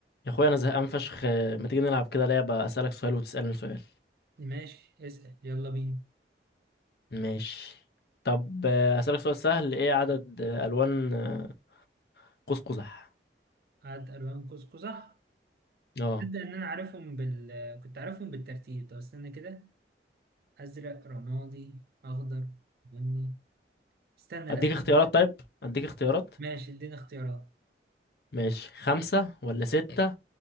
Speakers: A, on the left; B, on the right.
A: يا اخويا انا زهقان فشخ ما تيجي نلعب كده لعبة اسألك سؤال وتسألني سؤال
B: ماشي اسأل يلا بينا
A: ماشي طب آه، اسألك سؤال سهل ايه عدد آه، الوان آه، قوس قزح
B: هات ألوان قوس قزح
A: اه
B: تبدأ إن أنا عارفهم بال كنت عارفهم بالترتيب طب استنى كده أزرق رمادي أخضر بني استنى
A: اديك
B: لأ
A: اختيارات طيب اديك اختيارات
B: ماشي اديني اختيارات
A: ماشي خمسة ولا ستة